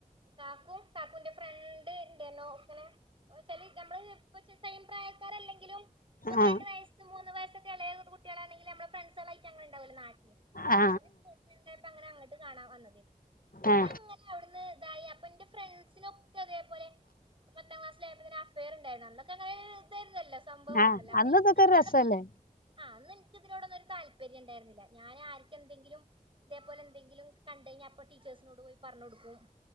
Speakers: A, on the right; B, on the left.
A: കാക്കും കാക്കുന്റെ ഫ്രണ്ട് ഇണ്ടേന്നു ഇങ്ങനെ ഓച്ചാല് നമ്മള് പ്പ്ച്ചെസെയിം പ്രായക്കാർ അല്ലെങ്കിലും ഒന്ന്
B: ആ ആ
A: രണ്ട് വയസ്സ് മൂന്ന് വയസ്സൊക്കെ എളേ ത്കുട്ട്യാളാണെങ്കില്നമ്മളെ ഫ്രണ്ട്സാളായിറ്റങ്ങനെ ഇണ്ടാവോല്ലോ നാട്ടില് അപ്പൊ
B: ആ ആ ആ
A: ഓന് സ്പോർട്സിന് ഇണ്ടായപ്പോ അങ്ങനെ അങ്ങട്ട് കാണാൻ വന്നതേന്നു പിന്നെ
B: ആ ആ
A: അങ്ങ നെഅവിട്ന്ന് ഇതായി അപ്പൊ ഇന്റെ ഫ്രണ്ട്സിനൊക്കെ ഇതേപോലെ പത്താം ക്ലാസിലായപ്പോത്തന്നെ അഫെയറ് ഇണ്ടായിരുന്നു അന്നൊക്കെ അങ്ങനെ ഇതായിന്നല്ലോ സംഭവായിര്ന്നല്ലോ
B: ആ
A: അപ്പൊ
B: അന്ന്
A: ഇനിക്ക്
B: ഇതൊക്കെ
A: ഇതിനോ
B: ഒരു രസല്ലേ
A: ആഹ് അന്ന് ഇൻക്ക് ഇതിനോടൊന്നും ഒരു താല്പര്യം ഇണ്ടായിര്ന്നില്ല ഞാൻ ആർക്കെന്തെങ്കിലും ഇതേപോലെ എന്തെങ്കിലും കണ്ട് കഴിഞ്ഞാ അപ്പ ടച്ചേഴ്സിനോട് പോയി പറഞ്ഞ് കൊടുക്കും.